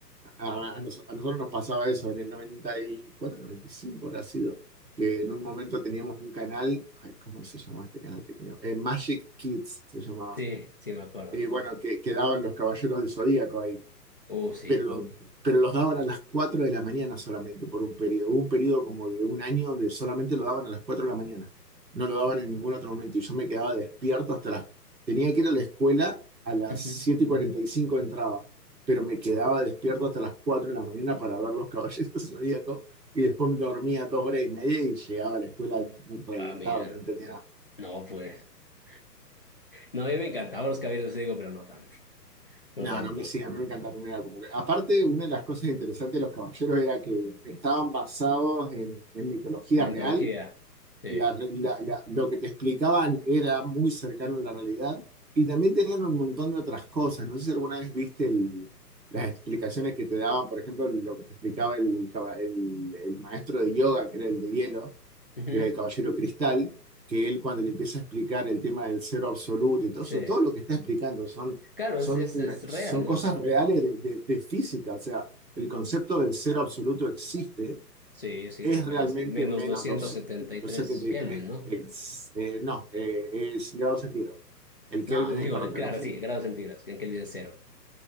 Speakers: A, on the right; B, on the left.
A: A, a nos- a nosotros nos pasaba eso en el 94, 95 habrá sido, que en un momento teníamos un canal, ay, ¿cómo se llamaba este canal que teníamos? Eh, Magic Kids se llamaba.
B: Sí, sí me acuerdo.
A: Eh, bueno, que, que daban los Caballeros del Zodíaco ahí
B: Uh, sí.
A: pero, los, pero los daban a las 4 de la mañana solamente por un periodo. Hubo un periodo como de un año donde solamente lo daban a las 4 de la mañana. No lo daban en ningún otro momento. Y yo me quedaba despierto hasta las... Tenía que ir a la escuela a las
B: Ujú.
A: 7 y 45 entraba, pero me quedaba despierto hasta las 4 de la mañana para ver los caballeros <laughs> zodíacos y después me dormía dos horas y media y llegaba a la escuela reventado,
B: Ah, mira,
A: no entendía
B: no, pues. <laughs> No, a mí me encantaban los caballeros de Zodíaco, pero no tanto, no
A: No,
B: tanto.
A: no, a mí sí, a mí me encantaron. Era como que, aparte, una de las cosas interesantes de los caballeros era que estaban basados en, en mitología
B: En mitología,
A: real.
B: sí.
A: La re- la- la- lo que te explicaban era muy cercano a la realidad. Y también tenían un montón de otras cosas. No sé si alguna vez viste el- las explicaciones que te daban, por ejemplo, lo que te explicaba el, el caba- el- el maestro de yoga, que era el de hielo
B: Ujú.
A: que era el Caballero Cristal, que él cuando le empieza a explicar el tema del cero absoluto y todo
B: Sí.
A: eso, todo lo que está explicando son,
B: Claro,
A: son,
B: es, es, es real,
A: son
B: ¿no?
A: cosas reales de, de- de física, o sea, el concepto del cero absoluto existe,
B: Sí, existe,
A: es
B: pues
A: realmente
B: es menos
A: menos
B: doscientos
A: 273,
B: setenta y tres Kelvin, ¿no?
A: ex- eh, no, eh, es grados centígrados. El Kelvin
B: No, digo,
A: es para otra
B: claro,
A: cosa.
B: sí, grados centígrados, que en Kelvin es cero.